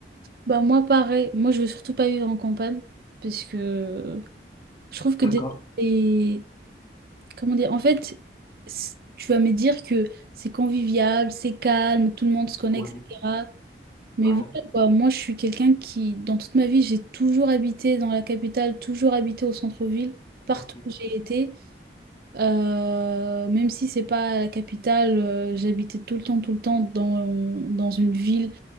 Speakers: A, on the right; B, on the left.
A: Bah moi pareil, moi je veux surtout pas vivre en campagne parce que je trouve que
B: D'accord.
A: déjà c'est- comment dire en fait c'est- tu vas me dire que c'est convivial, c'est calme, tout le monde se connaît,
B: Ouais,
A: etc. Mais
B: ouais,
A: voilà, quoi, moi je suis quelqu'un qui dans toute ma vie j'ai toujours habité dans la capitale, toujours habité au centre-ville, partout
B: ok.
A: où j'ai été, Euh, même si c'est pas la capitale, euh, j'habitais tout le temps, tout le temps dans, dans une ville